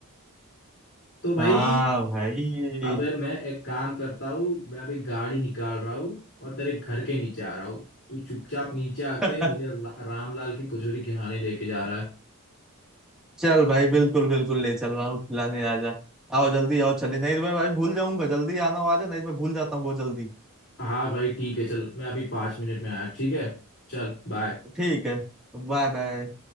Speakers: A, on the left; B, in the centre.
A: तो भाई
B: हाँ भाई
A: अबे मैं एक काम करता हूँ मैं अभी गाड़ी निकाल रहा हूँ और तेरे घर के नीचे आ रहा हूँ तू चुपचाप नीचे आके
B: <laughs>
A: मुझे ला- रामलाल की कचौरी खिलाने लेके जा रहा है
B: चल भाई बिल्कुल बिल्कुल ले चल रहा हूँ खिलाने आ जा आओ जल्दी आओ चले नहीं तो मैं भाई भूल जाऊंगा जल्दी आना हो आ जा नहीं तो मैं भूल जाता हूँ बहुत जल्दी
A: हाँ भाई ठीक है चल मैं अभी पाँच मिनट में आया ठीक है चल बाय
B: ठीक है Bye bye